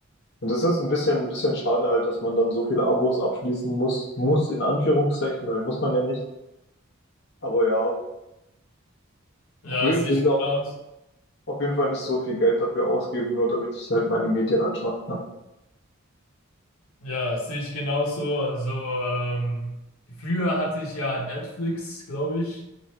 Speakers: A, on the left (about 55°); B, on the left (about 85°).
A: Und das ist ein bisschen, ein bisschen schade halt, dass man dann so viele Abos abschließen muss, muss in Anführungszeichen, weil muss man ja nicht. Aber ja, ich
B: Ja,
A: will,
B: das
A: ich
B: sehe
A: will
B: ich genauso.
A: auch auf jeden Fall nicht so viel Geld dafür ausgeben, nur damit ich halt meine Medien anschauen kann.
B: Ja, das sehe ich genauso. Also, ähm, früher hatte ich ja Netflix, glaube ich.